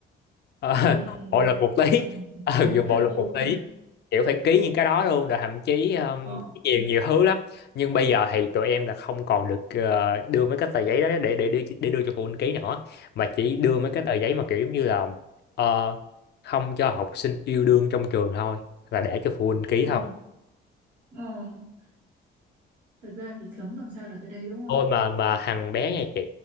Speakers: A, on the left; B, on the right.
A: Ờ,
B: dùng
A: <laughs> bộ luật một tí
B: dùng
A: ừ,
B: <laughs>
A: dùng bộ luật
B: ừ,
A: một
B: đúng.
A: tí kiểu phải ký những cái đó luôn rồi thậm chí um,
B: Ờ,
A: nhiều nhiều thứ lắm nhưng bây giờ thì tụi em là không còn được ờ, đưa mấy cái tờ giấy đó để để đưa để đưa cho phụ huynh ký nữa mà chỉ đưa mấy cái tờ giấy mà kiểu giống như là ờ, không cho học sinh yêu đương trong trường thôi là để cho phụ huynh ký
B: ừ,
A: thôi
B: ừ, ừ. thực ra thì cấm làm sao được cái đấy đúng không
A: thôi mà mà thằng bé nhà chị